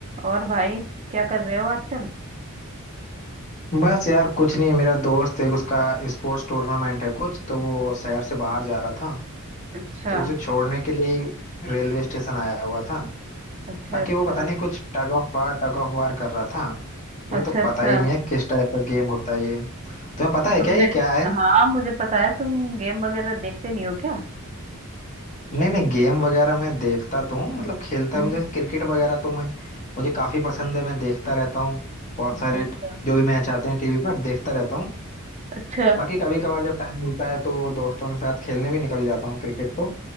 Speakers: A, on the right (about 30°); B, on the left (about 35°).
A: और भाई क्या कर रहे हो आजकल
B: बस यार कुछ नहीं मेरा दोस्त है उसका स्पोर्ट्स टूर्नामेंट है कुछ तो वो शहर से बाहर जा रहा था
A: अच्छा
B: तो उसे छोड़ने के लिए रेलवे स्टेशन आया हुआ था
A: अच्छा
B: बाकी
A: अच्छा
B: वो पता नहीं कुछ tug of war tug of war कर रहा था मुझे
A: अच्छा
B: तो
A: अच्छा
B: पता ही नहीं है किस टाइप का गेम होता है ये तुम्हें पता
A: तो
B: है
A: तुमने
B: क्या ये क्या है
A: हाँ मुझे पता है तुम गेम वगैरह देखते नहीं हो क्या
B: नहीं नहीं गेम वगैरह मैं देखता तो हूँ मतलब खेलता
A: हम्म।
B: भी हूँ। जैसे क्रिकेट वगैरह तो मैं मुझे काफी पसंद है मैं देखता रहता हूँ बहुत
A: अच्छा
B: सारे
A: अच्छा
B: ट- जो भी मैच आते हैं टीवी पर देखता रहता हूँ
A: अच्छा
B: बाकी कभी कभार जब टाइम मिलता है तो दोस्तों के साथ खेलने भी निकल जाता हूँ क्रिकेट तो